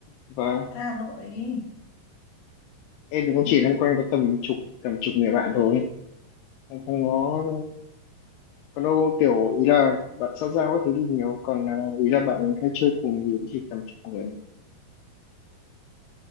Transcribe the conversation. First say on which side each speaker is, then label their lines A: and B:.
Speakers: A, on the left; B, on the left.
A: và
B: ở Hà Nội ấy.
A: em thì cũng chỉ loanh quanh có tầm chục tầm chục người bạn thôi em không có còn đâu kiểu ý là bạn xã giao các thứ đi nhiều còn à, ý là bạn hay chơi cùng thì cũng chỉ tầm chục người